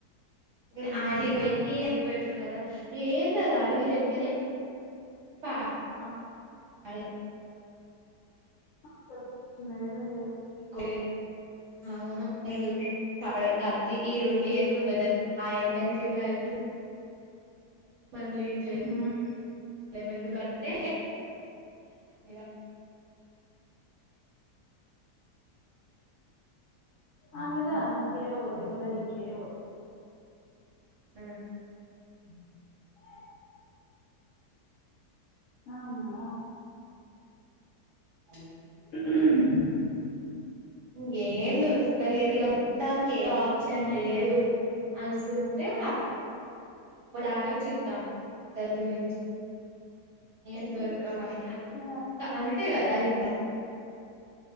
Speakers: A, on the right; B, on the left.
A: మ్మ్
B: హ్మ్.
A: ఆడి పొయ్యి ఎ బెటర్ కదా ఎందది అడవి లెక్కనే ప
B: ఆ
A: అదే <inaudible>
B: అస్సలు లేనే లేదు
A: కే అవును ఎందుకు సెపరేటుగా అద్ది ఈ రొండు యేసుకోని ఆ <inaudible> ఆ ఎక్స్పెంసివ్ లో అయితే మనం లీడ్ చెయ్యలేం
B: హ్మ్.
A: ఎందుకంటే <inaudible>
B: అన్నదా అంతక పోతే ఉండనీకిే పోతు
A: ఆ
B: ఏ ఆమ్మో
A: అవును
B: మెఆ
A: ఇంకేం దొరుకుత లేదు ఇక మొత్తానికే ఏ ఆప్షన్
B: హ్మ్.
A: లేదు అనుకుంటే అ అప్పుడు ఆలోచిద్దాం దాని గురించి ఏం దొరుకు ఒకవేళ
B: ఆ!
A: అంతే కదా ఇంకా